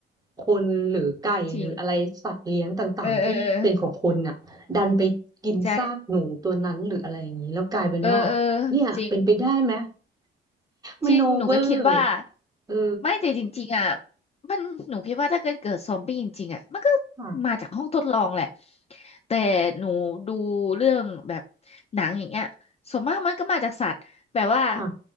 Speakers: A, on the right; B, on the left.
A: คนหรือไก่หรืออะไรสัตว์เลี้ยงต่างๆที่เป็นของคนน่ะดันไปกินซากหนูตัวนั้นหรืออะไรอย่างนี้แล้วกลายเป็นว่าเนี่ยเป็นไปได้ไหม
B: จริงเออเออเออใช่เออเออจริง
A: มโนเวอร์
B: จริง หนูก็คิดว่า
A: เออ
B: ไม่แต่จริงๆอ่ะมัน หนูคิดว่าถ้าเกิดเกิดซอมบี้จริงๆอ่ะมันก็
A: ค่ะ
B: มาจากห้องทดลองแหละแต่หนูดูเรื่องแบบหนังอย่างเงี้ยส่วนมากมันก็มาจากสัตว์แบบว่า
A: ค่ะ